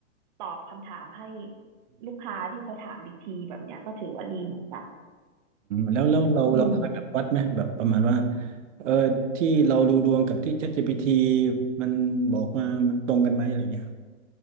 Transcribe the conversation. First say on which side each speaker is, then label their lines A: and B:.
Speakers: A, on the right; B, on the right.
A: ตอบคำถามให้ ลูกค้าที่เขาถามอีกทีแบบเนี้ยก็ถือว่าดีเหมือนกัน
B: แล้วแล้วเราเราเคยแบบวัดไหมแบบประมาณว่า
A: อืม
B: เออที่เราดูดวงกับที่ ChatGPT มันบอกมามันตรงกันไหมอะไรเงี้ย